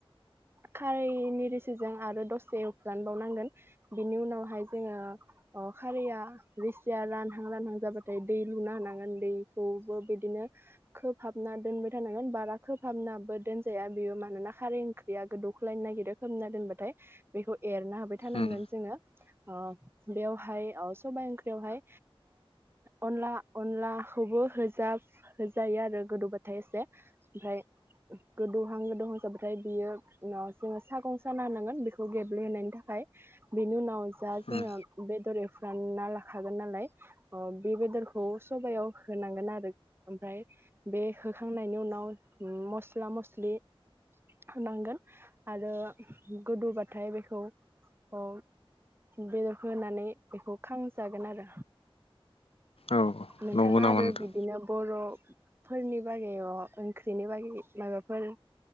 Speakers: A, on the right; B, on the left.
A: खारैनि रिसिजों आरो दसे एवफ्रानबावनांगोन बिनि उनावहाय जोङो ओ खारैया बिसिया रानहां रानहां जाबाथाय दै लुना होनानांगोन दैखौबो बिदिनो खोबहाबना दोनबाय थानांगोन बारा खोबहाबनाबो दोनजाया बेयो मानोना खारै ओंख्रिया गोदौख्लायनो नागिरो खोबना दोनबाथाय बेखौ एरना होबाय थानांगोन
B: उम
A: जोङो ओ बेवहाय ओ सबाइ ओं वहाय अनला अनलाखौबो होजा होजायो आरो गोदौबाथाय एसे ओमफ्राय गोदौहां गोदौहांजाबाथाय बियो जोङो सागं साना होनांगोन बेखौ गेब्लेहोनायनि थाखाय बेनि उनाव जा जोङो
B: उम
A: बेदर एवफ्रान ना ला हागोन नालाय ओ बे बेदरखौ सबयाव होनांगोन आरो ओमफ्राय बे होखांनायनि उनाव मस्ला मस्लि होनांगोन आरो गोदौबाथाय बेखौ ओ बेदरखौ होनानै बेखौ खां जागोन आरो
B: औ
A: नोंथाङा
B: नंगौ नामा
A: आरो
B: नोंथां
A: बिदिनो बर' फोरनि बागै ओंख्रिनि बागै माबाफोर